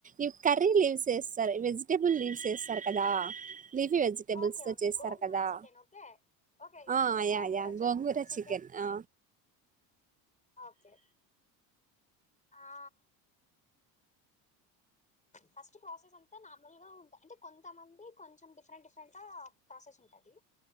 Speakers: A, on the right; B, on the left.
A: ఇం కర్రీ లీవ్ సేస్తారు వెజిటేబుల్ లివ్స్ సేస్తారు కదా లీఫీ వెజిటేబుల్స్
B: ఓకే
A: తో
B: ఓకే
A: చేస్తారు
B: గోంగూర
A: కదా
B: చికెన్ ఓకే ఓకే
A: ఆ
B: ఇప్పుడు
A: యా
B: గోంగూర
A: యా
B: చ
A: గోంగూర
B: చికెన్
A: ఆ
B: ఓకే ఆ ఫస్ట్ ప్రాసెస్ అంతా నార్మల్గా ఉంటాయి అంటే కొంతమంది కొంచెం డిఫరెంట్ డిఫరెంట్గా ప్రాసెస్ ఉంటది